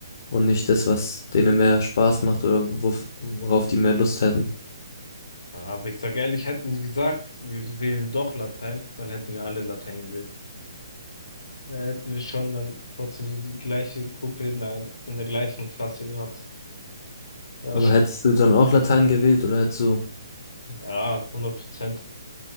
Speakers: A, on the left; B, on the left.
A: und nicht das, was denen mehr Spaß macht oder wof- worauf die mehr Lust hätten.
B: Ja, aber ich sage ehrlich, hätten die gesagt, wir wählen doch Latein, dann hätten wir alle Latein gewählt. Dann hätten wir schon dann trotzdem so die gleiche Gruppe in der, in der gleichen Klasse gehabt. Ja,
A: Aber
B: schon
A: hättest
B: gut.
A: du dann auch Latein gewählt oder hättest du...
B: Ja, 100 Prozent.